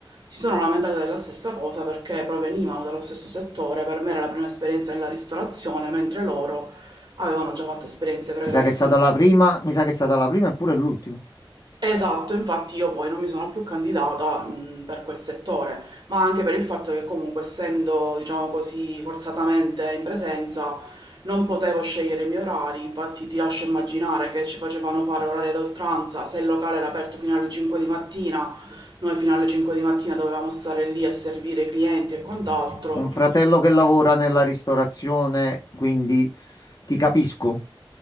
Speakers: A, on the right; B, on the left.
A: si sono lamentate della stessa cosa perché provenivano dallo stesso settore, per me era la prima esperienza nella ristorazione, mentre loro avevano già fatto esperienze pregresse
B: Mi sa che è stata
A: in
B: la
A: questo
B: prima, mi sa che è stata la prima e pure l'ultima.
A: Esatto, infatti io poi non mi sono più candidata, mh, per quel settore, ma anche per il fatto che comunque essendo, diciamo così, forzatamente in presenza, non potevo scegliere i miei orari, infatti ti lascio immaginare che ci facevano fare orari ad oltranza, se il locale era aperto fino alle 5 di mattina, noi fino alle 5 di mattina dovevamo stare lì a servire i clienti e quant'altro,
B: Ho un fratello che lavora nella ristorazione, quindi ti capisco.